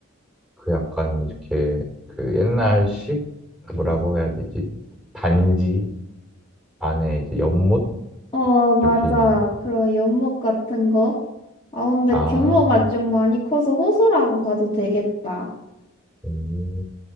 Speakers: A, in the centre; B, on the left.
A: 그 약간 이렇게 그 옛날식 그 뭐라고 해야 되지? 단지 안에 이제 연못
B: 어, 맞아.
A: 이렇게 있는.
B: 그런 연못 같은 거. 아, 근데
A: 아,
B: 규모가 좀 많이 커서 호수라고 봐도 되겠다.
A: 음.